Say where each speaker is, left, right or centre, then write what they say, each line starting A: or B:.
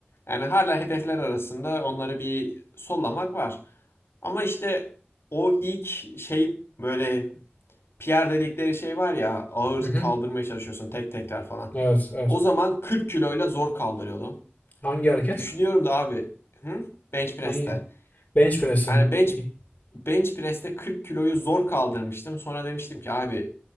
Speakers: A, on the left; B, on the left.
A: yani hala hedefler arasında onları bir sollamak var. Ama işte o ilk şey böyle PR dedikleri şey var ya ağır
B: Hı hı.
A: kaldırmaya çalışıyorsun tek tekrar falan.
B: Evet, evet.
A: O zaman 40 kiloyla zor kaldırıyordum.
B: Hangi hareket?
A: Düşünüyorum da abi hı? bench press'te.
B: Hangi? Bench press'im.
A: Yani bench
B: İyi.
A: bench press'te 40 kiloyu zor kaldırmıştım. Sonra demiştim ki abi